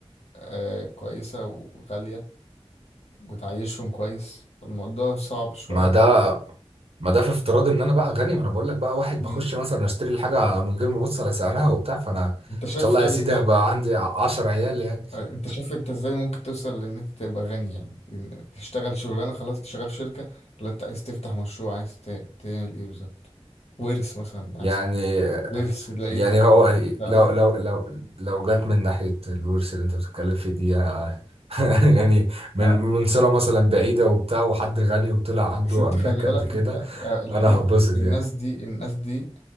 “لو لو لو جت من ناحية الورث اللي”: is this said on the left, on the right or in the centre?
Right